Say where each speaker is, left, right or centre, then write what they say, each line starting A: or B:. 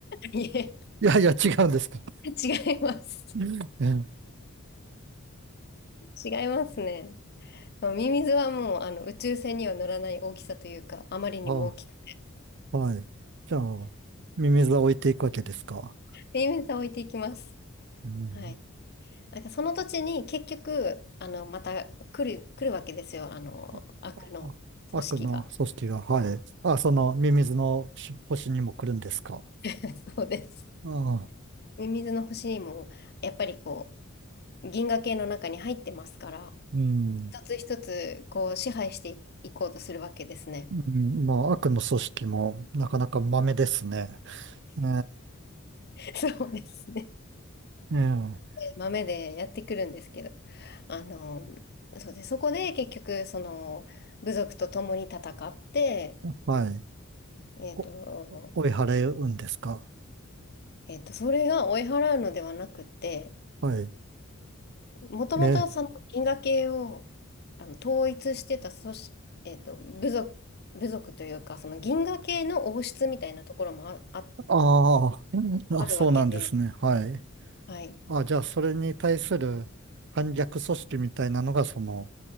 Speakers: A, on the left (about 50°); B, on the right (about 55°).
A: いえ
B: いやいや、違うんですか。
A: <laughs> 違います。
B: うんええ
A: 違いますね。まあミミズはもうあの宇宙船には乗らない大きさというか、あまりにも大きく、
B: あ、はい。じゃあ、ミミズは置いていくわけですか。
A: ミミズは置いていきます。
B: うん。
A: はい。なんかその土地に結局、あの、また来る、来るわけですよ。あの、
B: あ
A: 悪の組織が。
B: あ悪の組織が、はい。あ、そのミミズのし星にも来るんですか。
A: <laughs> そうです。
B: ああ、
A: ミミズの星にも、やっぱりこう、銀河系の中に入ってますから、
B: うん。
A: 一つ一つこう支配していこうとするわけですね。
B: うん、まあ、悪の組織もなかなか豆ですね。え
A: <laughs> そうですね。
B: えええ
A: 豆でやってくるんですけど、あの、そうで、そこで結局、その、部族と共に戦って、
B: はい。
A: えっと、
B: お、追い払うんですか
A: えっと、それが追い払うのではなくて、
B: はい。
A: もともとその因果系をあの統一してた組織、
B: えー、
A: えっと、部族、部族というか、その銀河系の王室みたいなところもあ、あ、
B: ああ、
A: あるわけで、
B: あ、そうなんですね。はい。
A: はい。
B: あ、じゃあ、それに対する反逆組織みたいなのが、その、